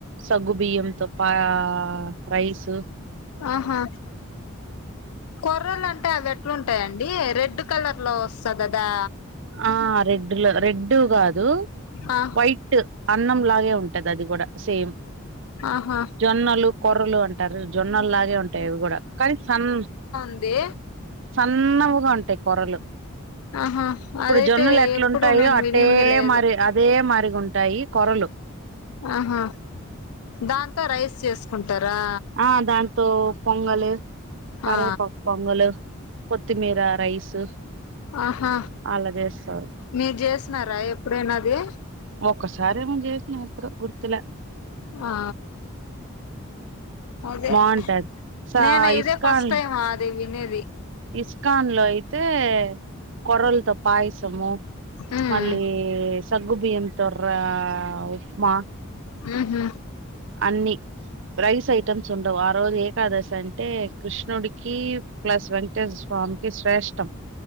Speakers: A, on the right (about 55°); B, on the left (about 85°).
A: సగ్గు బియ్యంతో పా రైసు
B: ఆహా కొర్రలు అంటే అవి ఎట్లుంటాయంండి రెడ్ కలర్ లో సదదా
A: ఆ రెడ్ లో రెడ్డు కాదు
B: ఆ
A: వైట్ అన్నం లాగే ఉంటది అది కూడా సేమ్
B: ఆహా
A: జొన్నలు కొర్రలు అంటారు జొన్నలులాగే ఉంటాయివి కూడా కానీ సన్
B: ముందే
A: సన్నవుగా ఉంటాయి కొరలు
B: ఆహా
A: ఇప్పుడు
B: అదైతే
A: జొన్నలు ఎట్లుంటాయో
B: ఎప్పుడు నేను
A: అట్టే
B: వినింది లేదు
A: మరి అదే మరిగా ఉంటాఈ కొరలు
B: ఆహా దాంతో రైస్ చేసుకుంటారా
A: ఆ దాంతో పొంగలి కరేపా
B: ఆ
A: పొంగలు కొత్తిమీర రైస్
B: ఆహా
A: అలా చేస్తారు
B: మీరు చేసిన్నారా ఎప్పుడైనాది
A: ఒకసారిమో చేసిన ఏమో గుర్తులే
B: ఆ అదే
A: బాగుంటది సా
B: నేను ఇదే
A: ఇస్కాన్
B: ఫస్ట్ టైమ్ అది వినేది
A: ఇస్కాన్ లో అయితే కొర్రలతో పాయసము
B: ఉమ్
A: మళ్ళీ సగ్గు బియ్యం రా ఉప్మా
B: ఉ హు
A: అన్ని రైస్ ఐటమ్స్ ఉండవు ఆ రోజు ఏకాదశి అంటే కృష్ణుడికి ప్లస్ వెంకటేశ్వ స్వామికి శ్రేష్టం